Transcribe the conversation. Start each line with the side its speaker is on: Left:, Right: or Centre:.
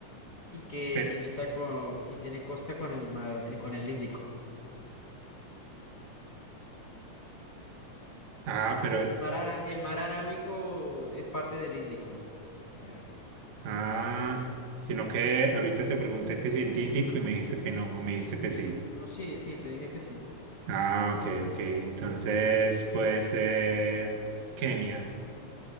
Left: y que
Right: Pero,
Left: limita con, y tiene costa con el mar, eh, con el Índico.
Right: ah, pero
Left: Bueno, el mar, ara- el mar Arábico es parte del Índico. O sea,
Right: Ah, sino que ahorita te pregunté que si en Índico y me dijiste que no, o me dijiste que sí.
Left: no, sí, sí, te dije que sí.
Right: Ah, ok, ok. Entonces puede ser Kenia.